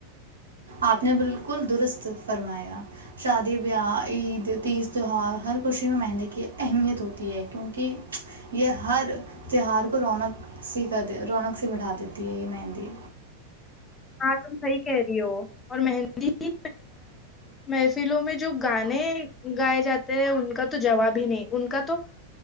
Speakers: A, on the right; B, on the left.
A: آپ نے بالکل درست فرمایا شادی بیاہ عید تیز تہوار ہر خوشی میں مہندی کی اہمیت ہوتی ہے کیونکہ یہ ہر تہوار کو رونق سی کر رونق سی بڑھا دیتی ہے یہ مہندی
B: ہاں تم صحیح کہہ رہی ہو اور مہندی محفلوں میں جو گانے گائے جاتے ہیں ان کا تو جواب ہی نہیں ان کا تو